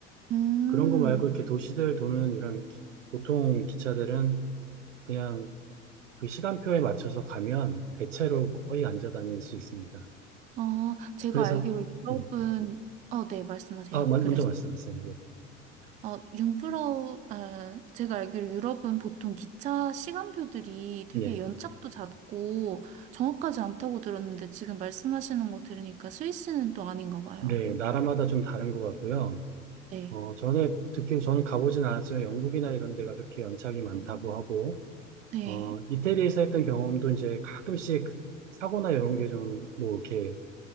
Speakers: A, on the right; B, on the right.
A: 음,
B: 그런 거 말고 이렇게 도시들 도는 이런 기- 보통 기차들은 그냥 그 시간표에 맞춰서 가면 대체로 거의 앉아 다닐 수 있습니다.
A: 어, 제가
B: 그래서
A: 알기로 유럽은,
B: 음.
A: 어, 네, 말씀하세요.
B: 아 먼-
A: 그래서.
B: 먼저 말씀하세요.
A: 어, 융프라우, 아, 제가 알기로 유럽은 보통 기차 시간표들이 되게
B: 예.
A: 연착도 잦고 정확하지 않다고 들었는데 지금 말씀하시는 거 들으니까 스위스는 또 아닌가 봐요.
B: 네, 나라마다 좀 다른 것 같고요.
A: 네,
B: 어, 전에 듣긴 저는 가보진 않았지만 영국이나 이런 데가 그렇게 연착이 많다고 하고,
A: 네,
B: 어, 이태리에서 했던 경험도 이제 가끔씩 사고나 이런 게 좀 뭐 이렇게